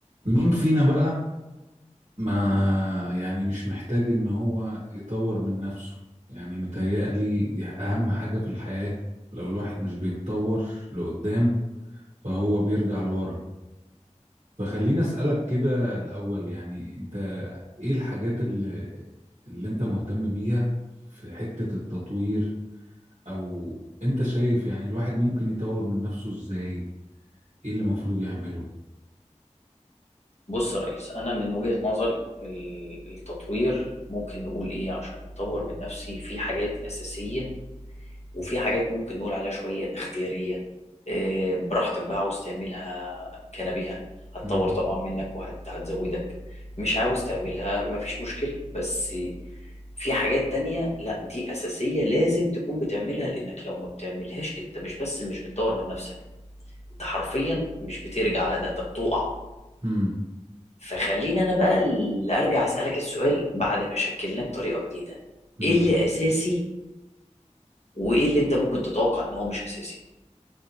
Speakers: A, on the right; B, on the left.
A: مين فينا بقى ما يعني مش محتاج ان هو يطور من نفسه يعني متهيألي دي اهم حاجة في الحياة لو الواحد مش بيتطور لقدام فهو بيرجع لورا فخليني اسألك كده الاول يعني انت ايه الحاجات اللي اللي انت مهتم بيها في حتة التطوير او انت شايف يعني الواحد ممكن يطور من نفسه ازاي ايه اللي المفروض يعمله
B: بص يا ريس انا من وجهة نظري ال- التطوير ممكن نقول ايه عشان اطور من نفسي في حاجات اساسية وفي حاجات ممكن نقول عليها شوية اختيارية إيه، براحتك بقى عاوز تعملها كنبيها هتطور
A: امم
B: طبعا منك وهتزودك مش عاوز تعملها مفيش مشكلة بس في حاجات تانية لا دي اساسية لازم تكون بتعملها لانك لو ما بتعملهاش انت مش بس مش بتطور من نفسك انت حرفيا مش بترجع لا ده انت بتقع
A: امم
B: فخليني انا بقى اللي ارجع اسالك السؤال بعد ما شكلناه بطريقه جديده
A: امم
B: ايه اللي اساسي وايه اللي انت ممكن تتوقع ان هو مش اساسي